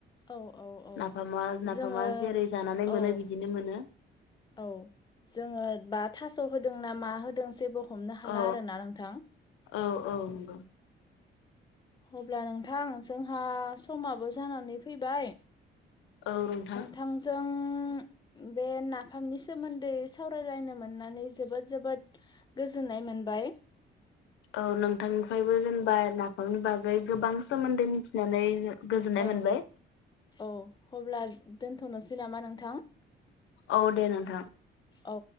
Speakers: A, on the left; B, on the left.
A: औ औ औ
B: नाफामा नाफामा
A: जोङो
B: जेरै जानानै मोनो
A: औ
B: बिदिनो मोनो।
A: औ जोङो बा थास' होदों ना मा होदों जेबो हमनो
B: औ
A: हाला आरोना नोंथां।
B: औ औ नंगौ।
A: अब्ला नोंथां जोंहा समाबो जानानै फैबाय।
B: औ नोंथां।
A: नोंथांजों बे नाफामनि सोमोन्दै सावरायलायनो मोननानै जोबोद जोबोद गोजोननाय मोनबाय।
B: औ नोंथांनिफ्रायबो जेनेबा नाफामनि बागै गोबां सोमोन्दै मिथिनानै गोजोननाय
A: औ
B: मोनबाय
A: औ अब्ला दोनथ'नोसै नामा नोंथां?
B: औ दे नोंथां।
A: औ।